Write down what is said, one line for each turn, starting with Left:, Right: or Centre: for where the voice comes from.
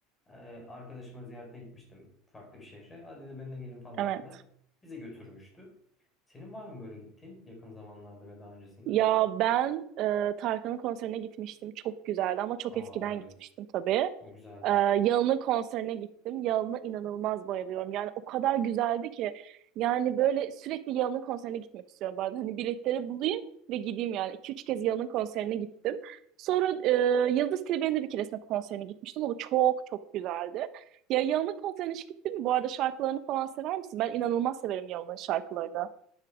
Left: Ee, arkadaşıma ziyarete gitmiştim farklı bir şehre. Hadi dedi benimle gelin falan
Right: Evet.
Left: filan. Bize götürmüştü. Senin var mı böyle gittiğin yakın zamanlarda ve daha öncesinde?
Right: Ya ben e, Tarkan'ın konserine gitmiştim. Çok güzeldi ama çok
Left: Aa
Right: eskiden
Left: evet.
Right: gitmiştim tabii.
Left: O güzeldir.
Right: E, Yalın'ın konserine gittim. Yalın'a inanılmaz bayılıyorum. Yani o kadar güzeldi ki. Yani böyle sürekli Yalın'ın konserine gitmek istiyorum bu arada. Hani biletleri bulayım ve gideyim yani. iki üç kez Yalın'ın konserine gittim. Sonra e, Yıldız Tilbe'nin de bir keresinde konserine gitmiştim. O da çok çok güzeldi. Ya Yalın'ın konserine hiç gittin mi? Bu arada şarkılarını falan sever misin? Ben inanılmaz severim Yalın'ın şarkılarını.